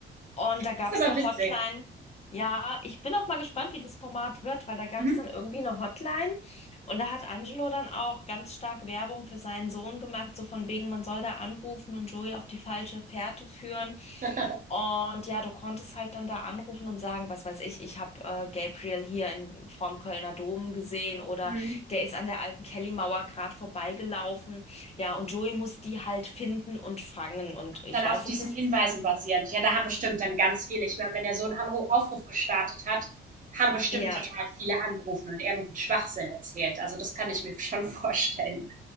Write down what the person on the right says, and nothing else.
das ist aber
witzig.
Mhm.
<laughs>
Mhm.
dann
auf diesen
Hinweisen basierend. Ja, da haben bestimmt dann ganz viele. Ich meine, wenn er so einen Anruf, Aufruf gestartet hat, haben bestimmt
total viele angerufen und irgendeinen Schwachsinn erzählt. Also das kann ich mir <laughs> schon vorstellen.